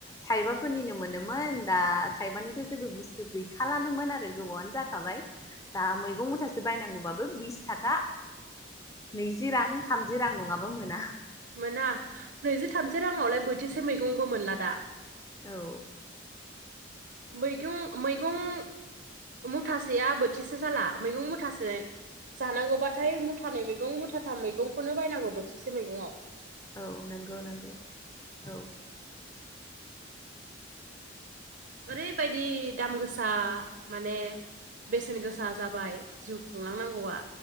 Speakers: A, on the left (about 15°); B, on the right (about 60°).
A: थाइबाफोरनिनो मोनोमोन दा थाइबानिथ' जेबो बुस्थु गैखालानोमोन आरो गोबावआनो जाखाबाय। दा मैगं मुथासे बायनांगौबाबो बिस थाखा नैजि रां थामजि जि रां नङाबा मोना
B: मोना नैजि थामज रांआवलाय बोथिसे मैगंबो मोनला दा।
A: औ
B: मैगं मैगं मुथासेया बोथिसे जाला मैगं मुथासे जानांगौबाथाय मुथानै मैगं मुथाथाम मैगंखौनो बायनांगौ बोथिसे मैगंआव
A: औ नोंगौ नोंगौ औ
B: ओरैबायदि दाम गोसा माने बेसेन गोसा जाबाय जिउ खुंलांनांगौआ‌।